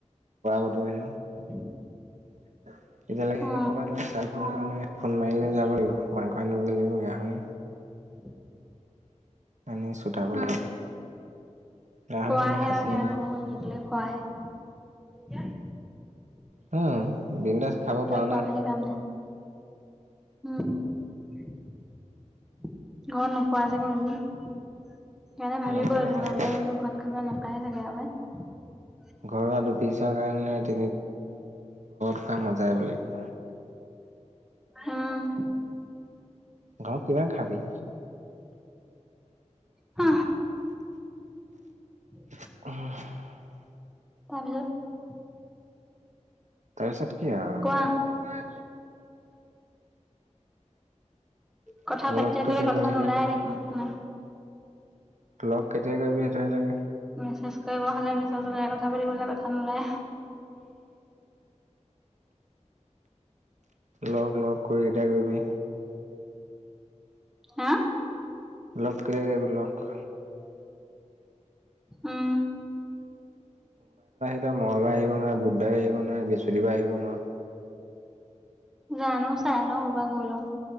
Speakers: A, on the right; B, in the centre.
A: বাতৰি
B: <unintelligible>
A: <unintelligible> এতিয়ালেকে হেৰি
B: অ
A: পোৱা নাই অ ', চাৰ ফোন নাই ফোন মাৰিলে যাব লাগিব মাংস আনিব লাগিব গাহৰি
B: হ <inaudible> <unintelligible>
A: আনি শোকাব লাগিব গাহৰি
B: ক
A: নানে
B: আহে
A: খাচী
B: -আহে
A: আনে
B: আলু গাহৰি হয়। <unintelligible>
A: আ বিন্দাচ খাব পাওঁ
B: খোৱাৰ
A: ন?
B: বাহিৰে কাম নাই উম ঘৰত নোপোৱা যায় কোনো দিন? সেইকাৰণে ভাবিব
A: নাপাওঁ
B: এনেকুৱা
A: খাবলে
B: ঘৰত খাবলৈ নাপয় <unintelligible>
A: ঘৰুৱা দু <unintelligible> ঘৰত খোৱা মজাই বেলেগ,
B: উম
A: গাঁৱত কিমান খাবি,
B: উ <unintelligible>
A: <unintelligible>
B: তাৰপিছত
A: তাৰপিছত কি আও,
B: কোৱা
A: কোৱা
B: কথা পাতি
A: লগ
B: থাকিলে
A: তেতিয়া
B: কথা
A: কৰিবি
B: নোলায় দেখোন ইমান
A: লগ কেতিয়া কৰিবি সেইটোহে লাগে?
B: মেছেজ কৰিব হলে মেছেজ উলায়, কথা পাতিবলে হলে কথা নোলায়।
A: লগ লগ কেতিয়া কৰিবি?
B: হা
A: লগ কেতিয়া কৰিবি লগ?
B: উম
A: মঙলবাই আহিব নোৱাৰে, বুধবাৰে আহিব নোৱাৰে, বি দেওবাৰে আহিব নোৱাৰ।
B: জানো চাই লওঁ ৰবা গৈ লওঁ,